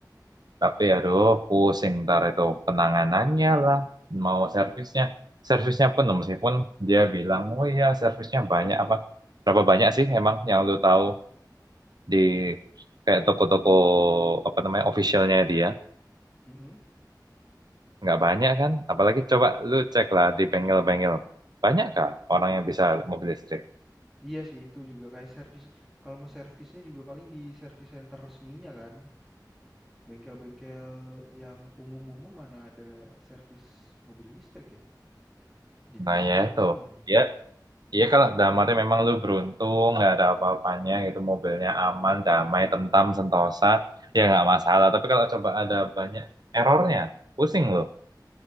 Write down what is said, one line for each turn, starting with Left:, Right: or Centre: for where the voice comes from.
Right: Tapi aduh pusing ntar itu penanganannya lah. Mau servisnya. Servisnya pun meskipun dia bilang, oh iya servisnya banyak apa. Berapa banyak sih emang yang lu tahu di kayak toko-toko apa namanya officialnya dia.
Centre: Mm-mm.
Right: Nggak banyak kan. Apalagi coba lu cek lah di
Centre: Iya.
Right: bengkel-bengkel. Banyak kah orang yang bisa mobil listrik?
Centre: Iya sih itu juga kayak servis kalau mau servisnya juga paling di service center resminya kan. Bengkel-bengkel yang umum-umum mana ada servis mobil listrik ya? Jadi
Right: Nah
Centre: makin
Right: ya itu.
Centre: bingung nih.
Right: Ya Iya kalau damatnya memang lu beruntung nggak ada apa-apanya gitu mobilnya aman damai tentam sentosa ya nggak masalah tapi kalau coba ada banyak errornya pusing lu